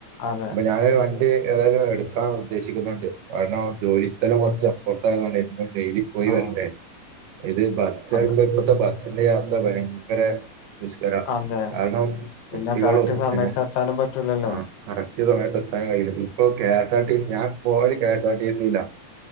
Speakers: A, on the left (about 75°); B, on the right (about 85°).
A: അതെ
B: അപ്പൊ ഞാനൊരുവണ്ടി ഏതായാലുമെടുക്കാൻ ഉദ്ദേശിക്കുന്നുണ്ട്. കാരണം ജോലിസ്ഥലം കുറച്ചപ്പുറത്തായതുകൊണ്ടേ, ഡെയ്ലി പോയിവരണ്ടേ,
A: ആഹ്
B: ഇത് ബസ്സ്,
A: അതെ
B: പറിമ്പോ ഇപ്പളത്തെ ബസ്സിന്റെ യാത്ര ഭയങ്കര ദുഷ്കരാ
A: അതെ
B: കാരണം കുട്ടികളും
A: പിന്നെ കറക്റ്റ് സമയത്ത്
B: പിന്നെ
A: എത്താനും പറ്റൂലല്ലോ.
B: ആഹ്.. കറക്റ്റു സമയത്ത് എത്താൻ കഴിയില്ല. ഇപ്പോ K. S. R. T. C, ഞാൻ പോവല് കെ. എസ്. ആർ. ടി. സിയി ലാ